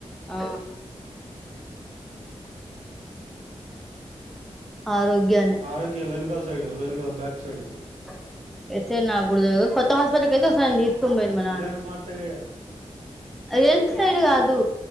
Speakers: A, in the centre; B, on the right (about 85°).
A: ఆ ఆరోగ్యానే
B: ఆరోగ్య వెనకాల సైడ్ వెనుక బ్యాక్ సైడ్
A: <unintelligible> తెలియదు కొత్త హాస్పిటల్ కి అయితే ఒకసారి నన్ను తీసుకొని పోయిండు మా నాన్న
B: రిలయన్స్ మార్ట్ సైడేగా
A: అదేం సైడ్ కాదు